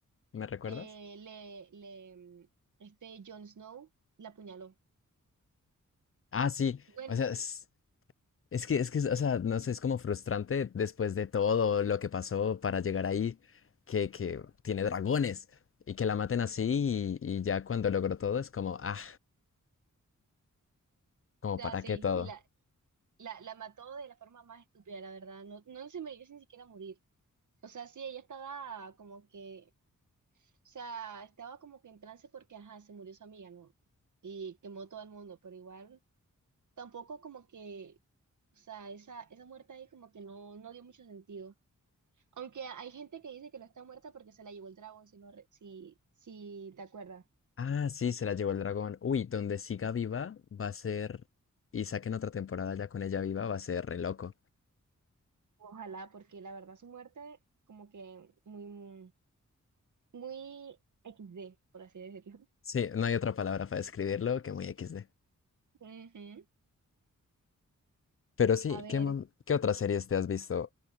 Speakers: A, on the left (about 45°); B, on the right (about 65°).
A: ¿Me recuerdas?
B: eh, le, le, mm, este Jon Snow la apuñaló.
A: Ah, sí.
B: Bueno,
A: O sea,
B: o
A: es, es que, es que, o sea, no sé, es como frustrante después de todo lo que pasó para llegar ahí, que, que tiene dragones y que la maten así y, y ya cuando logró todo es como, ah, como
B: sea,
A: para
B: sí,
A: qué todo.
B: y la, La, la mató de la forma más estúpida, la verdad. No, no se merece ni siquiera morir. O sea, sí, ella estaba como que, o sea, estaba como que en trance porque, ajá, se murió su amiga, ¿no? Y quemó todo el mundo, pero igual, tampoco como que, o sea, esa, esa muerte ahí como que no, no dio mucho sentido. Aunque hay gente que dice que no está muerta porque se la llevó el dragón, si, no, re- si, si te acuerdas.
A: Ah, sí, se la llevó el dragón. Uy, donde siga viva va a ser, y saquen otra temporada ya con ella viva, va a ser re loco.
B: Ojalá, porque la verdad su muerte como que muy, muy XD, por así decirlo.
A: Sí, no hay otra palabra para describirlo que muy equis de.
B: Ujú.
A: Pero sí,
B: A ver,
A: ¿qué, mam- qué otras series te has visto